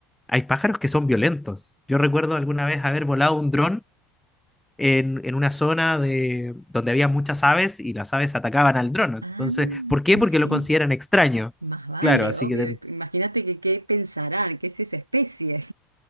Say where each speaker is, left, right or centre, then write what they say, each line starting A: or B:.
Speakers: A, in the centre; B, on the right.
A: hay pájaros que son violentos. Yo recuerdo alguna vez haber volado un dron en, en una zona de, donde había muchas aves y las aves atacaban al dron. Entonces,
B: Ah,
A: ¿por qué?
B: y
A: Porque
B: sí,
A: lo consideran extraño.
B: más vale,
A: Claro, así
B: obvio.
A: que, ten-
B: Imagínate que qué pensarán, qué es esa especie.